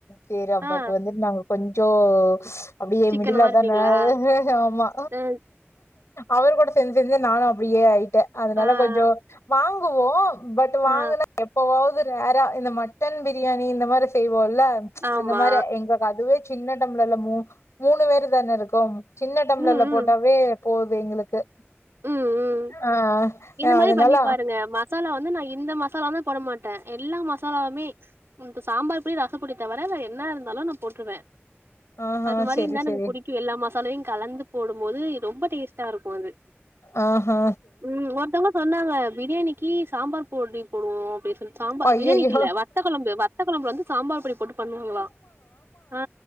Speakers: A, on the left; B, on the right.
A: பேரு அ
B: ஆ
A: பட் வந்துட் நாங்க கொஞ்சோ ஸ் அப்டியே
B: சிக்கனமா
A: மிடிலா
B: இருப்பீங்களா
A: தான ஆமா
B: ஆ
A: அவர் கூட சேந்து சேந்து நானு அப்டியே ஆயி டே அதனால
B: ஆ
A: கொஞ்சோ
B: ஆ
A: வாங்குவோ பட் வாங்குனா
B: ஆ
A: எப்பவாவது ரேரா இந்த மட்டன் பிரியாணி இந்த மாரி செய்வோல
B: ஆமா
A: அந்த மார எங்க அதுவே சின்ன டம்ளர் ல மூணு மூணு பேர் தானே இருக்கோ சின்ன டம்ளர்
B: ம்
A: ல
B: ம்
A: போட்டாவே போது எங்களுக்கு
B: ம் ம்
A: ஆ
B: இது மாரி
A: அதனால
B: பண்ணி பாருங்க மாஸ் சாலா வந்து நா இந்த மசாலா தா போட மாட்டே எல்லா மசாலாவுமே இந்த சாம்பார் பொடி ரசப்பொடி தவர நா என்ன இருந்தாலு நா போட்ருவே
A: ஆஹா
B: அது மாரி
A: செரி
B: இருந்தா எனக்கு
A: செரி
B: புடிக்கு எல்லா மசாலாவயு கலந்து போடும் போது ரொம்ப டேஸ்டாருக்கு அது
A: ஆ ஹா
B: ம் ஒருத்தவங்க சொன்னாங்க பிரியாணிக்கு சாம்பார் பொடி போடுவோ அப்டின்னு சொல் சாம்பார்
A: அய்யய்யோ
B: பிரியாணிக்கில்ல வத்த கொழம்பு வத்த கொழம்புல வந்து சாம்பார் பொடி போட்டு பண்ணுவாங்களா அ